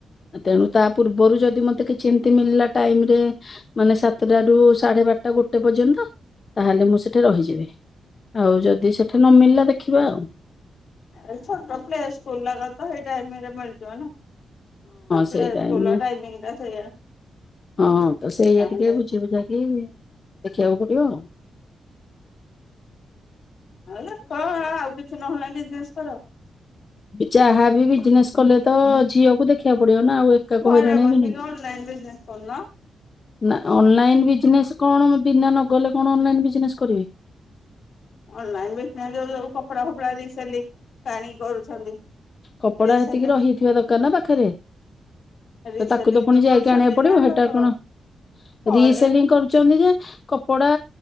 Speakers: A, on the left (about 35°); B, on the left (about 55°).
A: ତେଣୁ ତା ପୂର୍ବରୁ ଯଦି ମତେକିଛି ଏମିତି ମିଳିଲା ଟାଇମରେ ମାନେ ସାତଟାରୁ ସାଢେ ବାରଟା ଗୋଟେ ପର୍ଯ୍ୟନ୍ତ ତାହେଲେ ମୁଁ ସେଠି ରହିଯିବି ଆଉ ଯଦି ସେଠି ନମିଳିଲା ଦେଖିବା ଆଉ।
B: ଏଇ ଛୋଟ ପ୍ଲେ ସ୍କୁଲରାରେ ତ ହେଇ ଟାଇମରେ ମିଳିଯିବ ନା। ହଁ ପିଲେ
A: ସେଇ ଟାଇମରେ
B: ସ୍କୁଲର ଟାଇମିଙ୍ଗ ଟା ସେଇଆ।
A: ହଁ ତ ସେଇଆ
B: ଚାହିଁଲେ
A: ଟିକେ ବୁଝି ବୁଝା କି? ଦେଖିବାକୁ ପଡିବ ଆଉ।
B: ଆଉ ଦେ କ ଆଉ କିଛି ନହେଲା ବିଜନେସ କର
A: ଯାହା ବି ବିଜିନେଶ କଲେ ତ ଝିଅକୁ ଦେଖିବାକୁ ପଡିବ। ନା ଆଉ ଏକା କ
B: ଘରେ
A: ହଇରାଣ ହେବିନି।
B: ବସିକି ଅନଲାଇନରେ ବିଜିନେଶ କରୁନ।
A: ନା ଅନଲାଇନ ବିଜିନେସ କଣ ମୁଁ ବିନା ନଗଲେ କଣ ଅନଲାଇନ ବିଜିନେସ କରିବି।
B: ଅନଲାଇନ ବିଜିନେସ ଯୋଉ ଯୋଉ କପଡା ଫପଡା ସେଲିଙ୍ଗ ଆଣିକି କରୁଛନ୍ତି।
A: କପଡା
B: ରିସେଲିଂ
A: ହେତିକି ରହିଥିବା ଦରକାରନା ପାଖରେ
B: ରିସେଲିଂ
A: ତ ତାକୁତ ପୁଣି ଯାଇକି
B: କରୁଛନ୍ତି
A: ଆଣିବାକୁ ପଡିବ
B: ନା
A: ହେଟା
B: ଲୋକ
A: କଣ
B: ଘରେ
A: ରିସେଲିଙ୍ଗ କରୁଛନ୍ତି ଯେ କପଡା